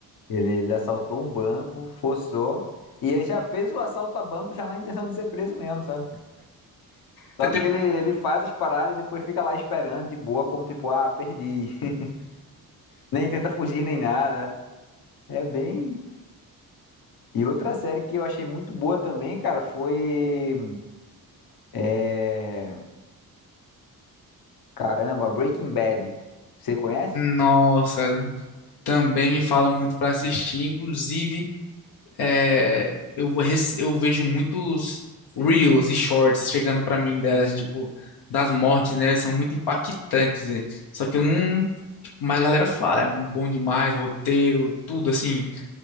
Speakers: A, on the left (about 70°); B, on the left (about 85°).
A: Ele, ele assaltou um banco, forçou. E ele já fez o assalto a banco já na intenção de ser preso mesmo, sabe? Tanto
B: É tipo.
A: que ele, ele faz as paradas e depois fica lá esperando de boa, como tipo, ah, perdi. <laughs> Nem tenta fugir nem nada. É bem. E outra série que eu achei muito boa também, cara, foi. é, Caramba, Breaking Bad. Você conhece?
B: Nossa. Também me falam muito pra assistir. Inclusive. é, eu, rece- eu vejo muitos reels e shorts chegando pra mim delas, tipo, das mortes, né? São muito impactantes. é. Só que eu não. tipo, Mas a galera fala, é bom demais, roteiro, tudo assim,